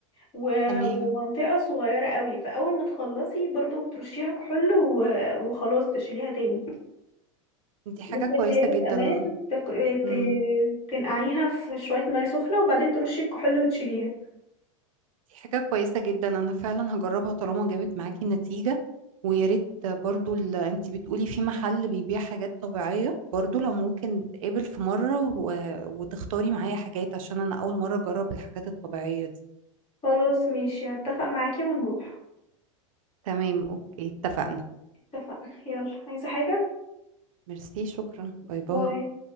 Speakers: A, on the left; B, on the right.
A: و-
B: تمام
A: ومنطقة صغيرة قوي فاول ما تخلصي برضو بترشيها كحول و- وخلاص تشيليها تاني
B: دي حاجة
A: ممكن
B: كويسة
A: زيادة
B: جدا
A: امان تق...
B: مم.
A: ت... تنقعيها في شوية مية سخنة وبعدين ترشي الكحول وتشيليها
B: دي حاجة كويسة جدا أنا فعلا هجربها طالما جابت معاكي نتيجة ويا ريت برضو اللي انتي بتقولي في محل بيبيع حاجات طبيعية برضو لو ممكن نتقابل في مرة و... وتختاري معايا حاجات عشان أنا أول مرة أجرب الحاجات الطبيعية دي
A: خلاص ماشي هتفق معاكي ونروح
B: تمام أوكي اتفقنا
A: اتفقنا يلا عايزة حاجة
B: ميرسي شكرا باي باي
A: باي